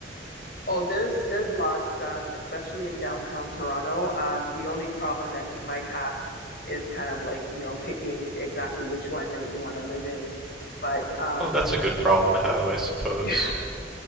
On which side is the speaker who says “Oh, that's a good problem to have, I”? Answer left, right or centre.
Centre